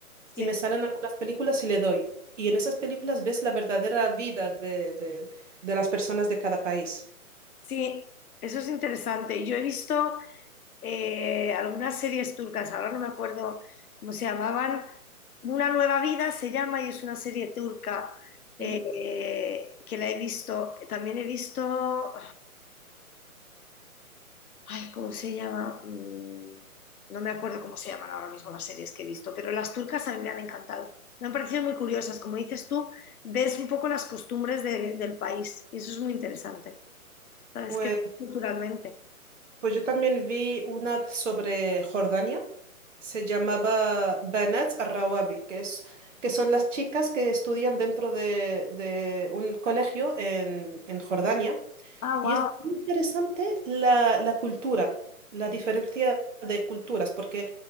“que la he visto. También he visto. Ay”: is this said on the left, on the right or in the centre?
Left